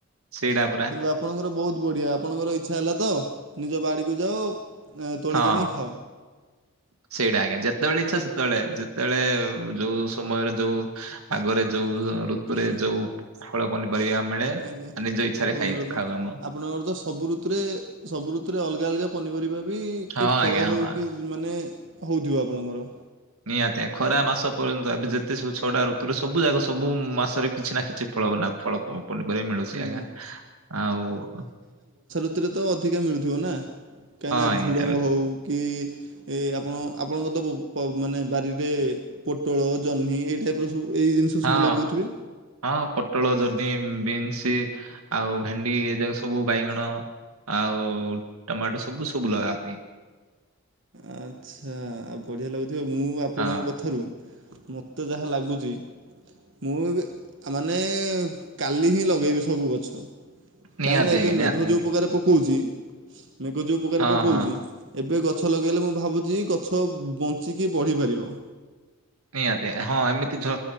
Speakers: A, on the right; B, on the right.
A: ସେଇଡ଼ା ପରା।
B: କିନ୍ତୁ ଆପଣଙ୍କର ବହୁତ ବଢ଼ିଆ ଆପଣଙ୍କର ଇଚ୍ଛା ହେଲା ତ ନିଜ ବାଡ଼ିକୁ ଯାଅ ତୋଳିକି
A: ହଁ।
B: ଆଣି ଖାଅ।
A: ସେଇଟା ଆଜ୍ଞା ଯେତେବେଳେ ଇଚ୍ଛା ସେତେବଳେ ଆ ସେତେବେଳେ ଯୋଉ ସମୟରେ ଯୋଉ ଆଗରେ ଯୋଉ ଋତୁରେ ଯୋଉ ଫଳ,, ପନିପରି କୁ ମିଳେ
B: ଆଜ୍ଞା
A: ଆଉ ନିଜ ଇଚ୍ଛା
B: ଆପଣଙ୍କର
A: ରେ ଖାଏ
B: ତ
A: ଖାଉ। ଆମ
B: ଆପଣଙ୍କର ତ ସବୁ ଋତୁରେ ସବୁ ଋତୁରେ ଅଲଗା ଅଲଗା ପନିପରିବା ବି
A: ହଁ
B: କି ଫଳ
A: ଆଜ୍ଞା
B: ହେଉ
A: ହଁ
B: କି ମାନେ ହଉଥିବ ଆପଣଙ୍କର
A: ନିହାତି ଖରା ମାସ ପର୍ଯ୍ୟନ୍ତ ଏବେ ଯେତେ ସବୁ ଛଡା ଋତୁରେ ସବୁ ଯାଗ ସବୁ ମାସରେ କିଛି ନା କିଛି ଫଳ ଫଳ ପନିପରିବା ମିଳୁଛି
B: ହୁଁ
A: ଆଜ୍ଞା ଆଉ
B: ସେଥିରେ ତ ଅଧିକା ମିଳୁଥିବ ନା କାହିଁକିନା
A: ଆଜ୍ଞା
B: ଝୁଡ଼ଙ୍ଗ
A: ଏବେ
B: ହଉ କି ଏ ଆପଣ ଆପଣଙ୍କ ତ ମାନେ ବାରିରେ ପୋଟଳ ଜହ୍ନି ଏଇଟାଇପ ପୁରା ସବୁ ଏଇ ଜିନିଷ
A: ହଁ
B: ସବୁ ଲଗଉଥିବେ
A: ହଁ ପୋଟଳ ଜହ୍ନି ବିନ୍ସ ଆଉ ଭେଣ୍ଡି ଏ ଯାକ ସବୁ ବାଇଗଣ ଆଉ ଟମାଟୋ ସବୁ ସବୁ ଲଗାନ୍ତି।
B: ଆଚ୍ଛା ଆଉ ବଢ଼ିଆ ଲାଗୁଥିବ ମୁଁ ଆପଣଙ୍କ
A: ହଁ
B: କଥାରୁ ମତେ ଯାହା ଲାଗୁଛି ମୁଁ ଏବେ ମାନେ କାଲି ହିଁ ଲଗାଇବି ସବୁ ଗଛ।
A: ନିହାତି
B: କାହିଁ ନା
A: ଆଜ୍ଞା
B: ଏବେ
A: ନିହାତି
B: ମେଘ ଯୋଉ
A: ଆଜ୍ଞା
B: ଉପକାର ପକଉଛି ମେଘ ଯଉ ଉପକାର
A: ହଁ
B: ପକଉଛି
A: ହଁ
B: ଏବେ ଗଛ ଲଗାଇଲେ ମୁଁ ଭାବୁଛି ଗଛ ବଞ୍ଚିକି ବଢ଼ିପାରିବ।
A: ନିହାତି ହଁ ଏମିତି ଅଳ୍ପ